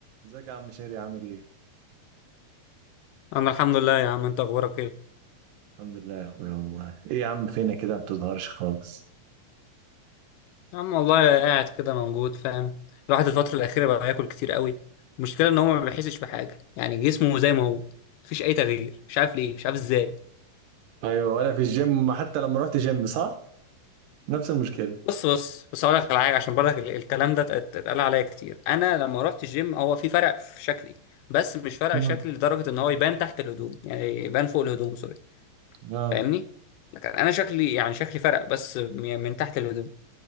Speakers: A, on the right; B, on the left.
A: ازيك يا عم شيري عامل ايه؟
B: انا الحمد لله يا عم انت اخبارك ايه
A: الحمد لله يا اخويا والله ايه يا عم فينا كده ما بتظهرش خالص
B: يا عم والله قاعد كده موجود فاهم الواحد الفتره الاخيره بقى ياكل كتير قوي المشكله ان هو ما بيحسش بحاجه يعني جسمه زي ما هو مفيش اي تغيير مش عارف ليه مش عارف ازاي
A: ايوه ولا في الجيم حتى لما رحت جيم صح؟ نفس المشكلة
B: بص بص بس اقول لك على حاجه عشان برضك ال- الكلام ده اتقال اتقال عليا كتير انا لما رحت الجيم هو في فرق في شكلي بس مش فرق
A: مم.
B: شكلي لدرجه ان هو يبان تحت الهدوم يعني يبان فوق الهدوم سوري
A: اه
B: فاهمني لكن انا شكلي يعني شكلي فرق بس م- من تحت الهدوم